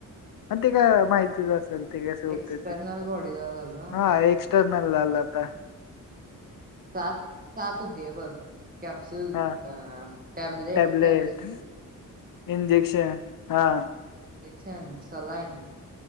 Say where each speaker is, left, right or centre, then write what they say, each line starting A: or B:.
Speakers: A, on the left; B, on the right.
A: हा ते काय माहितीच असल. ते कसे होते
B: एक्सटर्नल
A: ते.
B: बॉडी ला झालं ना
A: हा एक इनललता <unintelligible>
B: सात सात होते हे बघ. कॅप्स्युल अ
A: हा
B: टॅब्लेट
A: टॅबलेट,
B: कॅप्सुल.
A: इंजेक्शन हा.
B: इंजेक्शन सलाइन